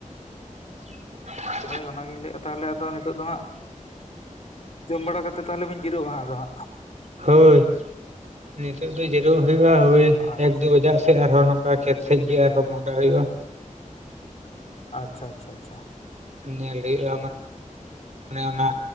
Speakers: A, on the right; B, on the left.
A: <unintelligible>
B: ᱦᱳᱭ ᱚᱱᱟᱜᱤᱧ ᱞᱟᱹᱭ ᱮᱟ ᱛᱟᱦᱚᱞᱮ ᱟᱫᱚ ᱱᱤᱛᱚᱜ ᱫᱚ ᱦᱟᱸᱜ ᱡᱚᱢ ᱵᱟᱲᱟ ᱠᱟᱛᱮ ᱛᱟᱦᱚᱞᱮ ᱵᱤᱱ ᱡᱤᱨᱟᱹᱜᱟᱸ ᱟᱫᱚ ᱦᱟᱸᱜ
A: ᱦᱳᱭ ᱱᱤᱛᱳᱜ ᱫᱚ ᱡᱮᱨᱩᱣ ᱦᱩᱭᱩᱜ-ᱟ ᱦᱳᱭ
B: ᱟᱪᱪᱷᱟ
A: ᱮᱠ ᱫᱩ ᱵᱟᱡᱟᱜ ᱥᱮᱫ ᱟᱨᱦᱚᱸ ᱚᱱᱠᱟ ᱠᱷᱮᱛ ᱥᱮᱡ ᱜᱮ ᱟᱨᱦᱚᱸ ᱢᱩᱚᱦᱰᱟ ᱦᱩᱭᱩᱜ-ᱟ,
B: ᱟᱪᱪᱷᱟ ᱟᱪᱪᱷᱟ ᱟᱪᱪᱷᱟ᱾
A: ᱧᱮᱞ ᱦᱩᱭᱩᱜ-ᱟ ᱟᱢᱟᱜ ᱚᱱᱮ ᱚᱱᱟ